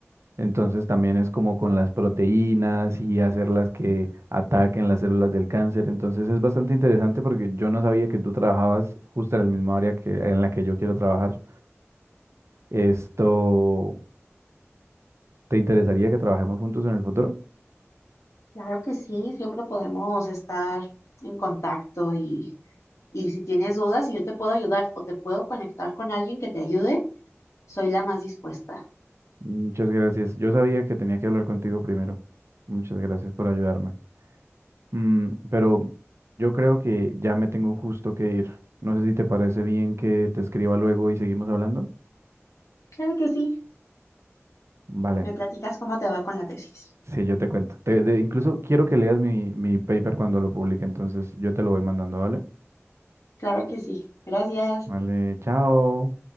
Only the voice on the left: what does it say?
Claro que sí, siempre podemos estar en contacto y, y si tienes dudas y yo te puedo ayudar o te puedo conectar con alguien que te ayude, soy la más dispuesta.
Claro que sí,
me platicas cómo te va con la tesis.
Claro que sí, gracias.